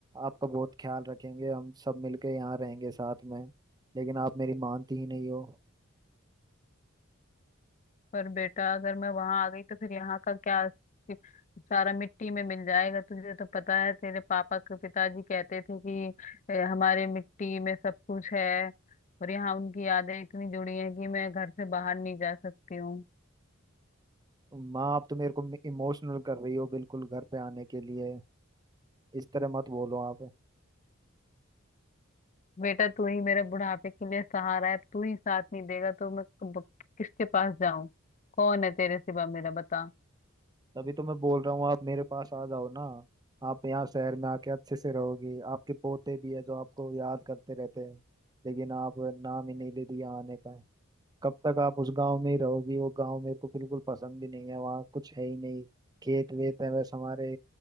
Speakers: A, on the right; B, on the left.
A: आपका बहुत ख्याल रखेंगे हम सब मिलके यहाँ रहेंगे साथ में लेकिन आप मेरी मानती ही नहीं हो
B: पर बेटा अगर मैं वहां आ गई तो फिर यहाँ का क्या सारा मिट्टी में मिल जाएगा तुझे तो पता है तेरे पापा के पिताजी कहते थे कि "ए, हमारे मिट्टी में सब कुछ है और यहाँ उनकी यादें इतनी जुड़ी हैं कि मैं घर से बाहर नहीं जा सकती हूँ
A: माँ आप तो मेरे को इमोशनल कर रही हो बिल्कुल घर पे आने के लिए इस तरह मत बोलो आप
B: बेटा तू ही मेरे बुढ़ापे के लिए सहारा है तू ही साथ नहीं देगा तो मैं कब- किसके पास जाऊं कौन है तेरे सिवा मेरा बता
A: तभी तो मैं बोल रहा हूँ आप मेरे पास आ जाओ ना आप यहाँ शहर में आके अच्छे से रहोगी आपके पोते भी है जो आपको याद करते रहते हैं लेकिन आप नाम ही नहीं ले दिया आने का कब तक आप उस गांव में ही रहोगी वो गांव मेरे को बिल्कुल पसंद भी नहीं है वहाँ कुछ है ही नहीं खेत वेत है बस हमारे